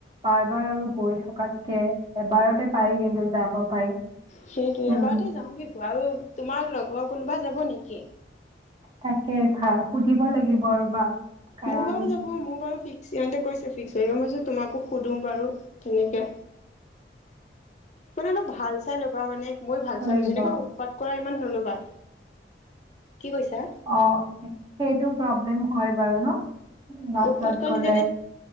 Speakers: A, on the right; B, on the left.
A: বাৰ বাৰ আৰু গৈ থকাতকে এবাৰতে পাৰি কিন্তু যাব পাৰি।
B: সেইটোৱে এবাৰতে
A: উম।
B: যাওঁ কি কোৱা, আৰু তোমাৰ লগৰ কোনোবা যাব নেকি?
A: তাকে, ভাল, সুধিব লাগিব ৰ'বা। কাৰণ
B: মোৰ বাৰু যাবই, মোৰ বাৰু থিক <unintelligible> কৈছে ফিক্স হব মই ভাইছো তোমাকো সুধো বাৰু তেনেকে, মানে অলপ ভাল চাই ল'বা মানে মইও ভাল
A: ক'ব
B: চাই
A: লাগিব
B: লৈছো, এনেকুৱা
A: অ
B: উৎপাত কৰা ইমান নলবা। কি কৈছা?
A: অ, সেইটো প্ৰব্লেম হয় বাৰু ন? বাছত
B: উৎপাত কৰা
A: গ'লে
B: <unintelligible>